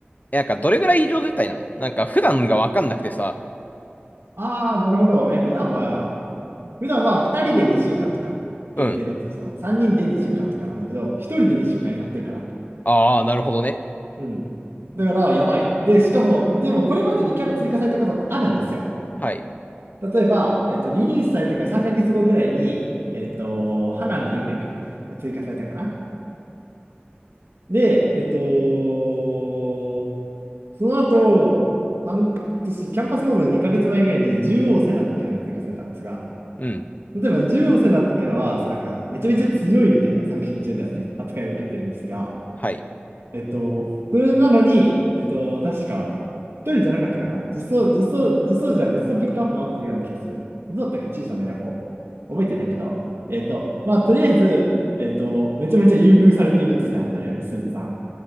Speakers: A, on the left (about 40°); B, on the right (about 80°).
A: えなんか、どれぐらい異常事態なのなんか、普段がわかんなくてさ。
B: ああー、なるほど。え普段は、普段は2人で2週間とか限定だったとしても、
A: うん。
B: 3人で2週間とかなんだけど、1人で2週間になってるかな
A: ああ、なるほどね。
B: うん。だから、やばい。で、しかも、でもこれまでにキャラ追加されたことってあるんですよ。
A: はい。
B: 例えば、えっと、リリースされてから3ヶ月後ぐらいに、えっと、花見梅かなが追加されたかな。で、えっと、その後、半年、キャンパスモードの2ヶ月前ぐらいに獣王セナってキャラが追加されたんですが、
A: うん。
B: 例えば、獣王セナってキャラは、なんか、めちゃめちゃ強いみたいな作品中ではね、扱いを受けてるんですが、
A: はい。
B: えっと、それなのに、えっと、確か、一人じゃなかったかな。実装、実装、実装じゃ別のピックアップもあったような気がする。どうだったっけ小さな野望。覚えてないけど。えっと、まあ、とりあえず、えっと、めちゃめちゃ優遇されているんですね、畑美鈴さん。